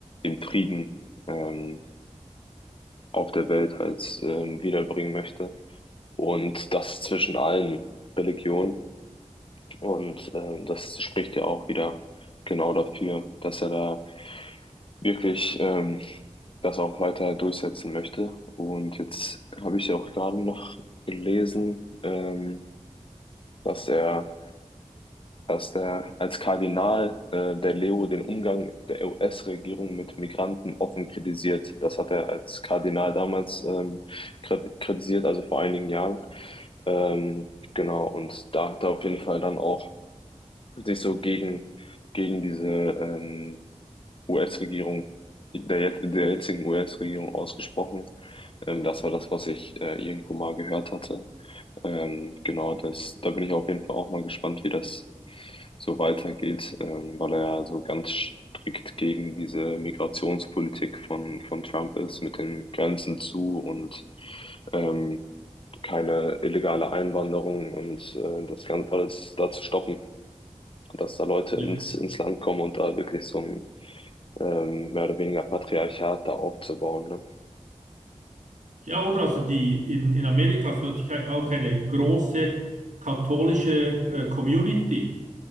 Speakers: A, on the left; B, on the right.
A: den Frieden ähm, auf der Welt halt ähm, wiederbringen möchte. Und das zwischen allen Religionen. Und ähm, das spricht ja auch wieder genau dafür, dass er da wirklich ähm, das auch weiter durchsetzen möchte. Und jetzt habe ich ja auch gerade noch gelesen, ähm, dass er dass der als Kardinal äh, der Leo den Umgang der US-Regierung mit Migranten offen kritisiert. Das hat er als Kardinal damals ähm, krit- kritisiert, also vor einigen Jahren. Ähm, genau, und da hat er auf jeden Fall dann auch sich so gegen, gegen diese ähm, US-Regierung, der, jet- der jetzigen US-Regierung ausgesprochen. Ähm, das war das, was ich äh, irgendwo mal gehört hatte. Ähm, genau, das, da bin ich auf jeden Fall auch mal gespannt, wie das so weitergeht, ähm, weil er ja so ganz strikt gegen diese Migrationspolitik von, von Trump ist, mit den Grenzen zu und ähm, keine illegale Einwanderung und äh, das Ganze alles da zu stoppen, dass da Leute
B: Ja,
A: ins, ins Land kommen und da wirklich so ein ähm, mehr oder weniger Patriarchat da aufzubauen, ne?
B: Ja, oder? Also die, in, in Amerika ist natürlich auch eine große katholische äh, Community.